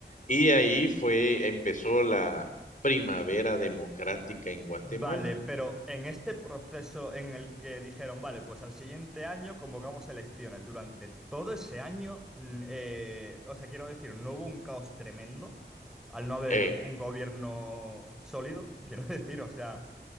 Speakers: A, on the left (about 45°); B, in the centre.
A: Y ahí fue, empezó la primavera democrática en Guatemala.
B: Vale, pero en este proceso en el que dijeron, vale, pues al siguiente año convocamos elecciones, durante todo ese año, mm, eh, o sea, quiero decir, no hubo un caos tremendo al no haber
A: Eh,
B: un gobierno sólido, <laughs> quiero decir, o sea,